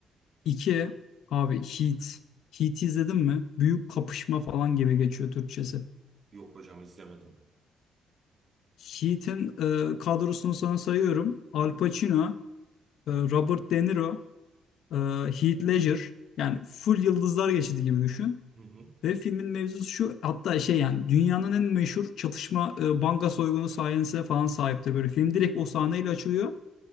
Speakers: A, on the left; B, on the right.
A: İki abi Heat. Heat'i izledin mi? Büyük kapışma falan gibi geçiyor Türkçesi.
B: Yok hocam izlemedim.
A: Heat'in e, kadrosunu sana sayıyorum. Al Pacino, e, Robert De Niro, e, Heath Ledger. Yani full yıldızlar geçidi gibi düşün.
B: Hı hı.
A: Ve filmin mevzusu şu hatta şey yani dünyanın en meşhur çatışma e, banka soygunu sahnesine falan sahiptir. Böyle film direkt o sahneyle açılıyor.